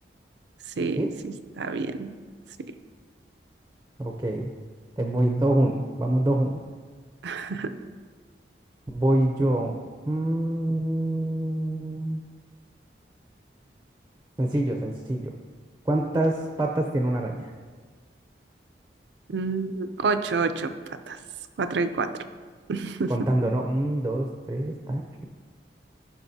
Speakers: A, on the right (about 80°); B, on the right (about 15°).
A: Sí,
B: ¿Sí?
A: sí, está bien. Sí.
B: Ok. Te voy dos uno Vamos dos uno
A: <laughs>
B: Voy yo. Mm, Sencillo, sencillo. ¿Cuántas patas tiene una araña?
A: Mm, ocho, ocho patas. Cuatro y cuatro. <laughs>
B: Contando, ¿no? Un, dos, tres, ta.